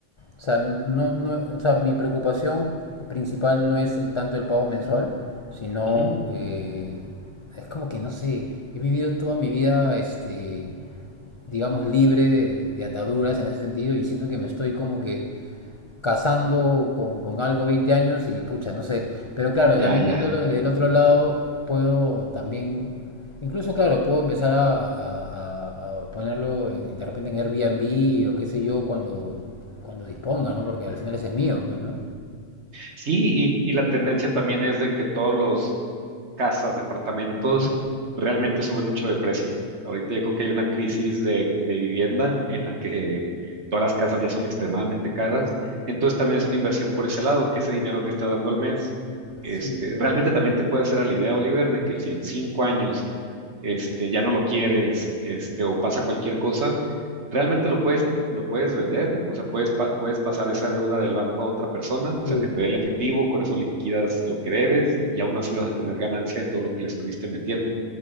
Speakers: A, on the left (about 55°); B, on the right (about 60°).
A: sea, no, no, o sea, mi preocupación principal no es el tanto el pago mensual, sino
B: Ujú.
A: eh, es como que no sé, he vivido toda mi vida, este, digamos, libre de, de ataduras en ese sentido y siento que me estoy como que casando con, con algo 20 años y pucha, no sé. Pero claro,
B: Ya,
A: también
B: ya.
A: viéndolo desde el otro lado, puedo también, incluso claro, puedo empezar a, a- a- a ponerlo en- de repente en Airbnb o qué sé yo cuando, cuando disponga, ¿no? Porque al final ese es mío, pues, ¿no?
B: Sí, y, y la tendencia también es de que todos los, casas, departamentos,
A: Ujú.
B: realmente suben mucho de precio. Ahorita yo creo que hay una crisis de, de vivienda en la que todas las casas ya son extremadamente caras. Entonces también es una inversión por ese lado, que ese dinero que está dando al mes, este,
A: Sí, pues,
B: realmente también te puede hacer a la idea, Oliver, de que si en cinco años, este, ya no lo quieres, este, o pasa cualquier cosa Realmente lo puedes, lo puedes vender, o sea, puedes, pa- puedes pasar esa deuda del banco a otra persona, o
A: sí.
B: sea, que te dé el efectivo, con eso liquidas lo que debes y aún así vas a tener ganancia de todo lo que le estuviste metiendo.